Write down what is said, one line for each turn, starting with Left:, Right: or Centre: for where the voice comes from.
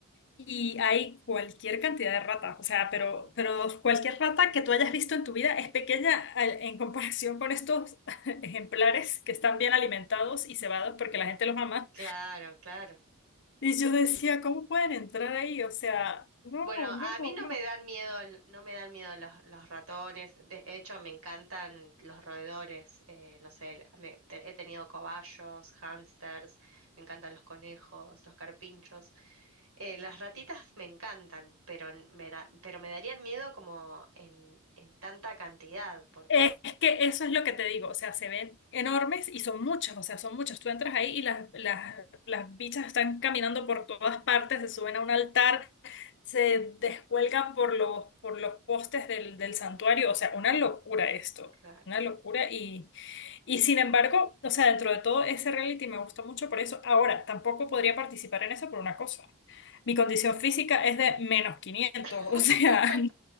Left: y hay cualquier cantidad de ratas, o sea, pero, pero cualquier rata que tú hayas visto en tu vida es pequeña al- en comparación con estos <laughs> ejemplares que están bien alimentados y cebados porque la gente los ama.
Right: Claro, claro.
Left: Y yo decía, ¿cómo pueden entrar ahí? O sea, no,
Right: Bueno, a
Left: no,
Right: mí
Left: no.
Right: no me dan miedo, l- no me dan miedo los, los ratones. De hecho, me encantan los roedores. eh, no sé, el- me- te- he tenido cobayos, hámsters, me encantan los conejos, los carpinchos. Eh, las ratitas me encantan, pero n- me da- pero me darían miedo como en, en tanta cantidad, porque
Left: Es que eso es lo que te digo, o sea, se ven enormes y son muchas, o sea, son muchas. Tú entras ahí y las, las, las bichas están caminando por todas partes, se suben a un altar, se descuelgan por los, por los postes del, del santuario, o sea, una locura esto,
Right: claro.
Left: una locura. Y, y sin embargo, o sea, dentro de todo ese reality me gustó mucho por eso. Ahora, tampoco podría participar en eso por una cosa. Mi condición física es de menos quinientos
Right: <laughs>
Left: o sea,